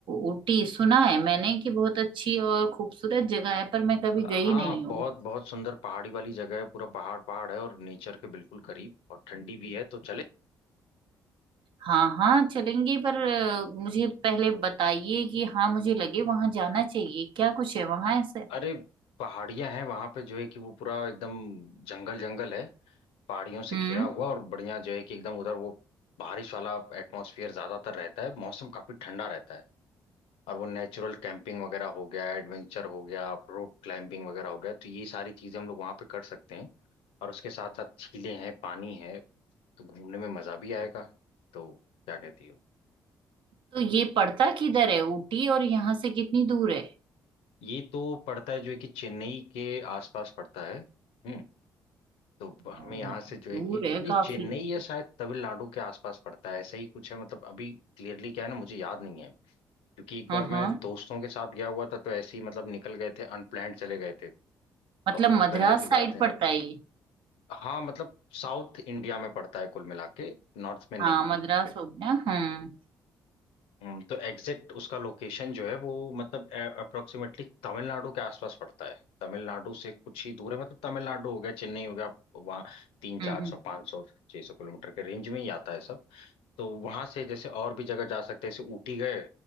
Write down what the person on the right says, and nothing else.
ऊटी सुना है मैंने कि बहुत अच्छी और खूबसूरत जगह है पर मैं कभी
गई
नहीं हूँ
हाँ हाँ चलेंगे पर अ, मुझे पहले बताइए कि हाँ मुझे लगे वहां जाना चाहिए क्या कुछ है वहां ऐसे
हम्म
तो ये पड़ता किधर है ऊटी और यहाँ से कितनी दूर है
ओ,
दूर
है
काफी
हाँ
हाँ
मतलब
मद्रास
साइड
पड़ता है ये
हाँ
मद्रास हो गया हम्म
हम्म
हम्म।